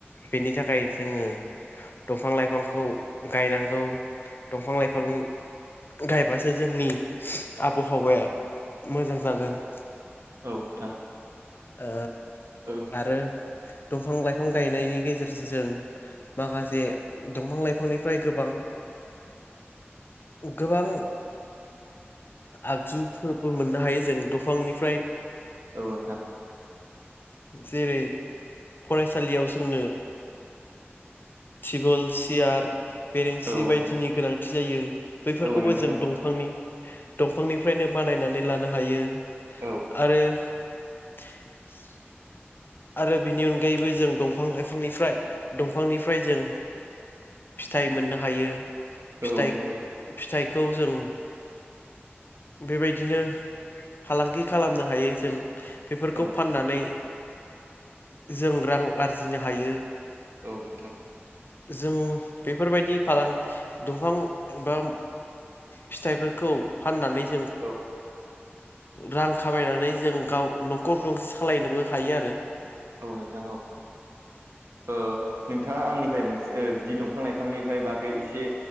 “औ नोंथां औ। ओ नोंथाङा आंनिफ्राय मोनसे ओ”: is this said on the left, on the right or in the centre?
Right